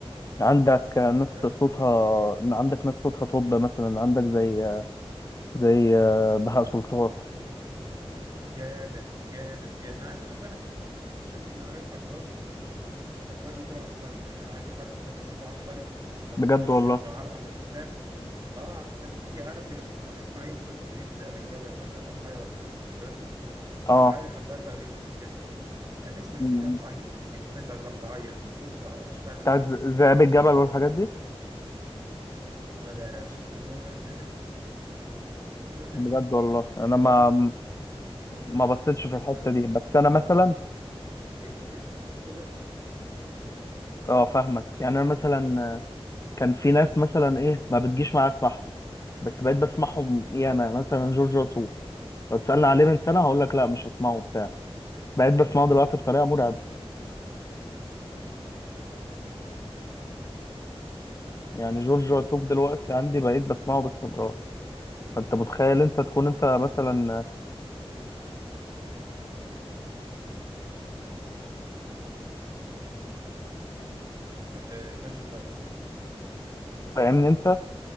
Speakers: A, on the left (about 30°); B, on the right (about 35°).
A: عندك ناس
B: لا بس
A: صوتها عندك ناس صوتها طب مثلا عندك زي زي آه، بهاء سلطان
B: جامد جامد جامد انا عايز اقول لك بقى انا اكتشفت ان علي الحجار الحجار ده طلع عبقري يعني انا عاجي- علي الحجار ده صوته عبقري ما
A: بجد
B: كنتش
A: والله
B: معرقه مش متابع اه تي عرس يا باشا اسمع روح اسمع اي مسلسل قديم ذئاب الجبل ولا الرحايا ولا المسلسلات دي
A: اه
B: علي الحجار بقى بيغني التتر هتسمع
A: م-
B: التتر هتعيط انت فاهم انت بتعيط من كتر ع- صوت علي الحجار
A: بتاعت ذئاب الجبل والحاجات دي
B: اه لا لا صوته مرعب مرعب
A: بجد والله انا ما
B: وعند
A: ما بصيتش في الحته
B: ال-
A: دي بس انا مثلا
B: ال- التتر
A: اه فاهمك يعني انا مثلا كان في ناس مثلا ايه ما بتجيش معايا اسمعهم بس بقيت بسمعهم ياما مثلا جورج وسوف لو تسألني عليه من سنة هقول لك لا مش هسمعه بتاع بقيت بسمعه دلوقتي بطريقة مرعبة يعني جورج وسوف دلوقتي عندي بقيت بسمعه باستمرار فانت متخيل انت تكون انت مثلا
B: آه، ماجد دراجونز
A: فاهمني انت